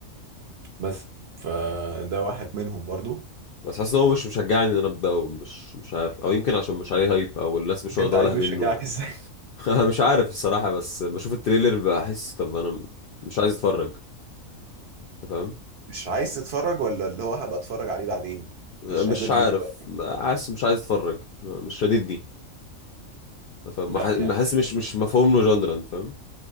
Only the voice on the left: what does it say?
بس حاسس ان هو مش مشجعني ان انا ابدا مش مش عارف او يمكن عشان مش عليه هايب او الناس مش واخده
بالها منه
<laughs> انا مش عارف الصراحه بس بشوف التريلر بحس طب انا م- مش عايز اتفرج انت فاهم
مش
عارف
لا، حاسس مش عايز اتفرج مش شديدني انت فاهم
مح-
حاسس
مش مش مفهوم له جندرا انت فاهم